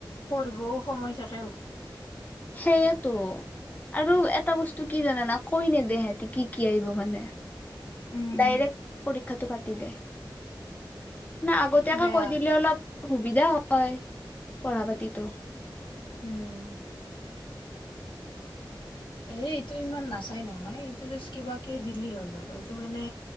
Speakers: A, on the left; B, on the left.
A: পঢ়ও সময় থাক।
B: সেইয়েতো আৰু এটা বস্তু কি জানানা কৈ ন দে হতি কি কি আহিব মানে
A: উম
B: ডাইৰেকট কৰি। কথাটো পাতি দে। নে আগতিয়াকে
A: সেইটো বেয়া
B: কৈ দিলে অলপ সুবিধা হয় পঢ়া পাতিটো।
A: উম এ এইটো ইমান নাচাই নহয় এইটো জাষ্ট কিবা কে দিলি হ'ল আৰু এইটো মানে